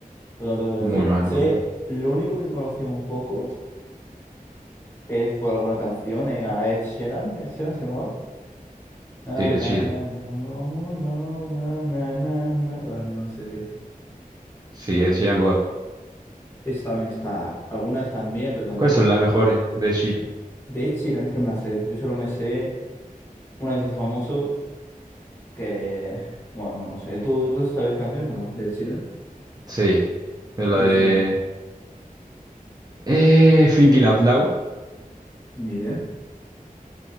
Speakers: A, on the left; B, on the right.
A: pero no te puedo
B: Muy
A: decir.
B: mal,
A: Sé,
B: boludo.
A: lo único que conocía un poco es por alguna canción eh, a Ed Sheeran. ¿Ed Sheeran se llamaba? Na,
B: Sí, de
A: na,
B: Sheeran.
A: na, na, como no, na, na, na, na, na. Ah, no lo sé, tío.
B: Sí, de Sheeran God.
A: Eso también está. Algunas están bien, pero tampoco
B: ¿Cuáles son
A: es.
B: las mejores de Sheeran?
A: De Ed Sheeran es que no me la sé. Yo solo me sé una vez hizo famoso que. Bueno, no sé. ¿Tú, tú sabes canciones o no? De Ed Sheeran.
B: Sí, de la
A: Voy
B: de...
A: diciendo.
B: Eh, Thinking Out Loud.
A: Ni idea.